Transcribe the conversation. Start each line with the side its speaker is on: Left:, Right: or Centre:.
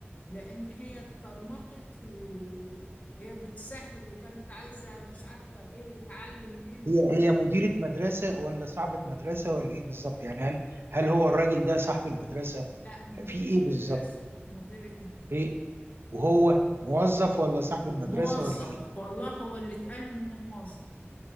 Left: لان هي اتضرمخت وهي بتسهل وكانت عايزه مش عارفه ايه يتعلم ايه م-
Right: هي هي مديرة مدرسة ولا صاحبة مدرسة ولا ايه بالظبط يعني هل هل هو الراجل ده صاحب المدرسة
Left: لا مديره
Right: في ايه بالظبط
Left: مدرسه مديره مدرسه
Right: إيه وهو موظف ولا صاحب المدرسة
Left: موظف
Right: ولا إيه؟
Left: والله هو اللي اتقال له انه موظف